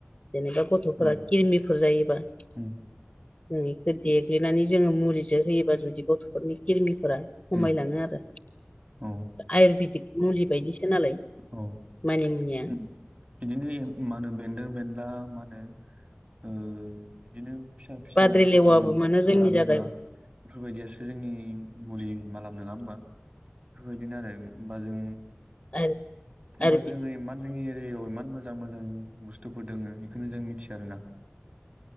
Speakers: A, on the left; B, on the right.
A: जेनेबा गथ'फोरा
B: औ
A: किरमिफोर जायोबा जों
B: उम
A: बेखौ देग्लिनानै जोङो मुलिजों होयोबा जुदि गथ'फोरनि खिरमिफोरा खमायलाङो
B: उम
A: आरो
B: औ
A: आयुरवेदिक। मुलि बायदिसो नालाय
B: औ
A: मानि मुनिया
B: उम बिदिनो मा होनो बेन्दों बेनला मा होनो ओ बिदिनो फिसा फिसा
A: बाद्रि लेवाबो
B: हाग्रा
A: मोनो
B: हाग्रा
A: जोंनि जायगायाव
B: बंग्रा बेफोरबायदियासो जोंनि मुलि माला नङा होमबा? बेफोरबायदिनो आरो होमबा जों
A: <inaudible>
B: होमबा
A: आयुरवेदिक
B: जोङो इमान जोंनि एरियायाव इमान मोजां मोजां बुस्थुफोर दङ इखौनो जों मिथिया आरो ना।